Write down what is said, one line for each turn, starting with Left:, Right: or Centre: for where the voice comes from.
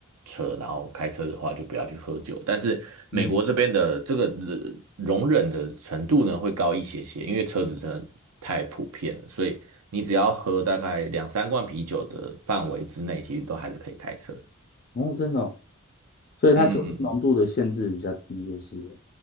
Right: 车，然后开车的话就不要去喝酒，但是美国这边的这个呃容忍的程度呢会高一些些，
Left: 嗯，
Right: 因为车子真的太普遍了，所以。你只要喝大概两三罐啤酒的范围之内，其实都还是可以开车的
Left: 哦，真的哦所以它酒精浓度的限制比较低，
Right: 嗯嗯嗯嗯，
Left: 就是了